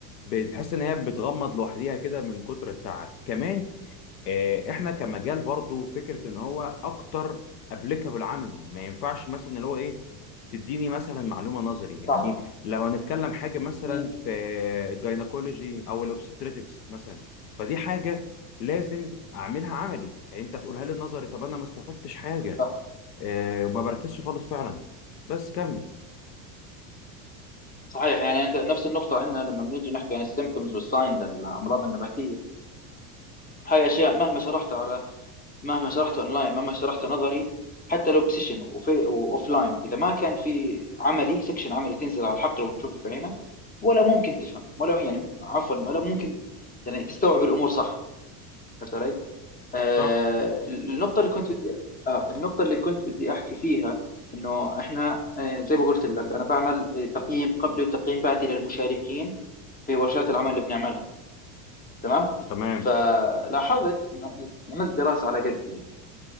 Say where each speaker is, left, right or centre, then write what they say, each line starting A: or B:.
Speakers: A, on the left (about 85°); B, on the left (about 20°).
A: بتحس إن هي بتغمض لوحديها كده من كتر التعب كمان آه، احنا كمجال برضو فكره ان هو اكتر ابليكابل عملي ما ينفعش مثلا اللي هو ايه تديني مثلا معلومه نظري يعني
B: صح
A: لو هنتكلم حاجه مثلا
B: 100%
A: في الجاينكولوجي او الاوبستريتكس مثلا فدي حاجه لازم اعملها عملي انت هتقولها لي نظري طب انا ما استفدتش حاجه
B: صح
A: آه، وما بركزش خالص فعلا بس كمل
B: صحيح يعني انت نفس النقطة عندنا لما بنيجي نحكي عن السيمتومز والساين للأمراض النباتية هاي أشياء مهما شرحتها على مهما شرحتها أونلاين مهما شرحتها نظري حتى لو بسيشن وفي وأوفلاين إذا ما كان في عملي سكشن عملي تنزل على الحقل وتشوف بعينك ولا ممكن تفهم ولا يعني عفوا ولا ممكن يعني تستوعب الأمور صح عرفت علي؟ آه،
A: صح
B: النقطة اللي كنت بدي آه، النقطة اللي كنت بدي أحكي فيها إنه إحنا آه، زي ما قلت لك أنا بعمل آه، تقييم قبلي وتقييم بعدي للمشاركين في ورشات العمل اللي بنعملها تمام
A: تمام
B: فلاحظت إنه عملت دراسة على قدي